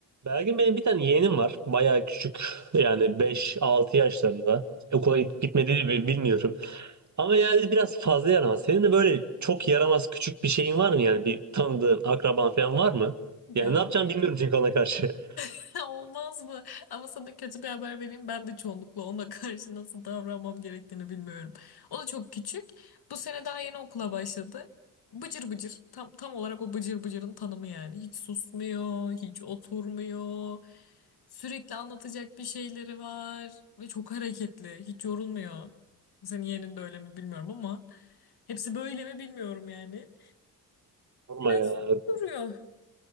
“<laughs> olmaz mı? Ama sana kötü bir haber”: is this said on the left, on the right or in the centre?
Left